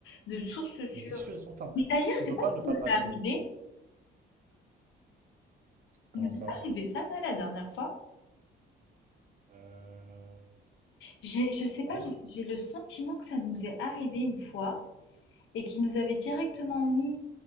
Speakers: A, on the left (about 75°); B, on the right (about 45°).
A: de source sûre?
B: Mais c'est sûr et certain.
A: Mais d'ailleurs,
B: Tu
A: c'est
B: peux
A: pas
B: pas
A: ce
B: ne pas
A: qui nous
B: le
A: est
B: rater.
A: arrivé.
B: Comment
A: Il nous
B: ça?
A: est pas arrivé ça, là, la dernière fois.
B: Euh...
A: J'ai, je sais pas,
B: Non?
A: j'ai j'ai le sentiment que ça nous est arrivé une fois et qu'ils nous avaient directement mis.